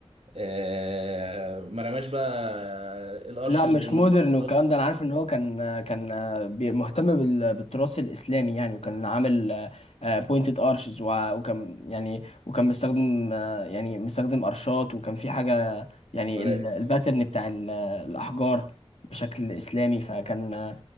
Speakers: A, on the right; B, on the left.
A: آه، ما رماش بقى الارشز
B: لا مش
A: والمشروعات
B: مودرن والكلام ده انا عارف ان هو كان كان بي- مهتم بال- بالتراث الاسلامي يعني وكان عامل بوينتد ارشز وكان يعني وكان مستخدم آه، يعني مستخدم ارشات وكان في حاجه يعني
A: والملاقف
B: ال- الباترن بتاع ال- الاحجار بشكل اسلامي فكان آه،